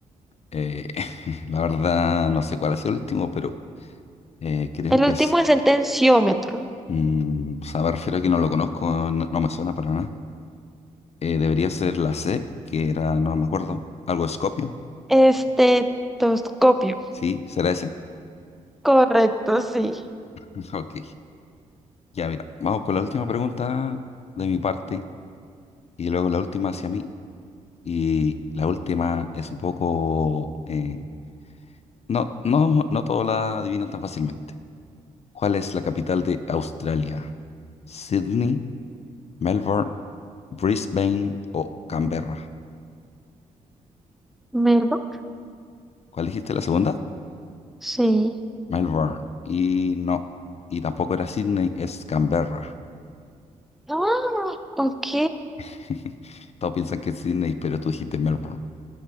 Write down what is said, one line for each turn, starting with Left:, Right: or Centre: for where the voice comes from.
Left: eh, <laughs> la verdad no sé cuál ha sido el último, pero eh, creo
Centre: El
Left: que
Centre: último
Left: es...
Centre: es el tensiómetro.
Left: mm, o sea, me refiero a que no lo conozco, no, no me suena para nada. Eh, debería ser la C, que era, no me acuerdo, algo Escopio.
Centre: Estetoscopio.
Left: Sí, ¿será ese?
Centre: Correcto, sí.
Left: <laughs> Ok, ya mira, vamos con la última pregunta de mi parte y luego la última hacia mí. Y la última es un poco... eh, No, no, no todos la adivinan tan fácilmente. ¿Cuál es la capital de Australia? ¿Sydney, Melbourne, Brisbane o Canberra?
Centre: ¿Melbourne?
Left: ¿Cuál dijiste la segunda?
Centre: Sí.
Left: Melbourne. Y no, y tampoco era Sydney, es Canberra.
Centre: Ah, ok.
Left: <laughs> Todos piensan que es Sydney, pero tú dijiste Melbourne.